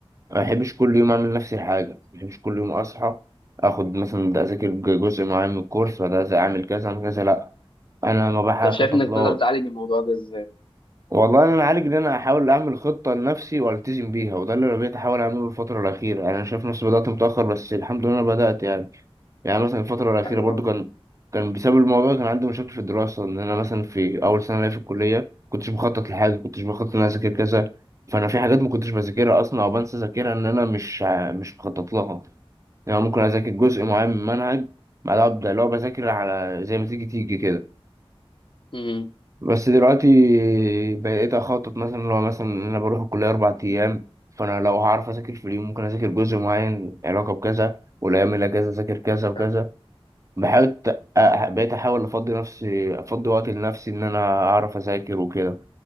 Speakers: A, on the right; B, on the left.
A: ما بحبش كل يوم اعمل نفس الحاجه ما بحبش كل يوم اصحى اخد مثلا ده اذاكر ج- جزء معين من الكورس وده اعمل كذا اعمل كذا لا انا ما بحاول
B: طب شايف
A: اخطط
B: انك
A: له
B: تقدر تعالج الموضوع ده ازاي
A: والله انا عالج ان انا احاول اعمل خطه لنفسي والتزم بيها وده اللي انا بقيت احاول اعمله الفتره الاخيره يعني انا شايف نفسي بدات متاخر بس الحمد لله انا بدات يعني يعني مثلا الفتره الاخيره
B: حلو
A: برضو
B: قوي
A: كان كان بسبب الموضوع كان عندي مشاكل في الدراسه ان انا مثلا في اول سنه ليا في الكليه كنتش بخطط لحاجه كنتش بخطط ان انا اذاكر كذا فانا في حاجات ما كنتش بذاكرها اصلا او بنسى اذاكرها ان انا مش ع- مش مخطط لها يعني ممكن اذاكر جزء معين من منهج بعدها ابدا اللي هو بذاكر على زي ما تيجي تيجي كده
B: امم
A: بس دلوقتي بقيت اخطط مثلا لو مثلا إن انا بروح الكليه اربع ايام فانا لو هعرف اذاكر في اليوم ممكن اذاكر جزء معين علاقه بكذا والايام اللي اجازه اذاكر كذا وكذا
B: حلو
A: بحاول بقيت احاول افضي نفسي افضي وقت لنفسي ان انا اعرف اذاكر وكده